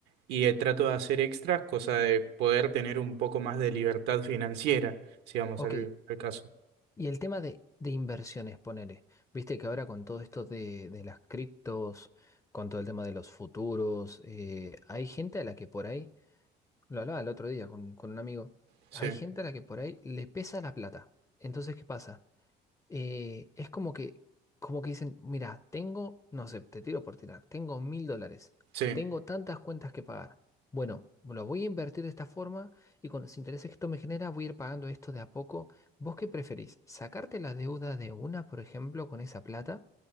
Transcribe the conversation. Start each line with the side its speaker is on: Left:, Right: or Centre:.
Right: y eh, trato de hacer extras, cosa de poder tener un poco más de libertad financiera, si vamos
Left: Ok,
Right: al al caso.
Left: Y el tema de, de inversiones, ponele. Viste que ahora con todo esto de, de las criptos, con todo el tema de los futuros, eh, hay gente a la que por ahí, lo hablaba el otro día con, con un amigo,
Right: Sí,
Left: hay gente a la que por ahí le pesa la plata. Entonces, ¿qué pasa? eh, es como que, como que dicen, mira, tengo, no sé, te tiro por tirar, tengo mil dólares,
Right: sí,
Left: tengo tantas cuentas que pagar. Bueno, lo voy a invertir de esta forma y con los intereses que esto me genera voy a ir pagando esto de a poco. ¿Vos qué preferís? ¿Sacarte la deuda de una, por ejemplo, con esa plata?